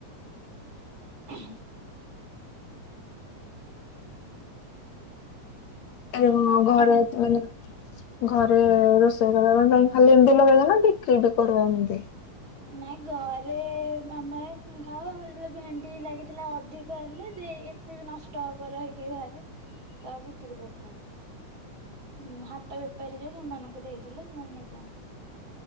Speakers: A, on the right; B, on the left.
A: <unintelligible>
B: ଆଉ
A: ଆପଣଙ୍କ
B: ଘର ମାନେ ଘରେ ରୋଷେଇ କରିବା କ ପାଇଁ ଖାଲି ଏମିତି ଲଗେଇଚନ୍ତି ନା ବିକ୍ରି ବି କରିବା ଏମତି।
A: ନାଇଁ ଘରେ <unintelligible> ଖାାଉ ଆମର ଯେତବେଳେ ଭେଣ୍ଡି ଲାଗିଥିଲା ଅଧିକ ହେଲେ ଦେଇ ଏତେ ବି ନଷ୍ଟ ହବ ରହି କି ଘରେ ତ ବିକ୍ରି କରିଦିଅନ୍ତି ହାଟ ରେ ପାରିଯଉ ସେମାନଙ୍କୁ ଦେଇଦେଲେ ସେମାନେ ନେଇଯାଆନ୍ତି।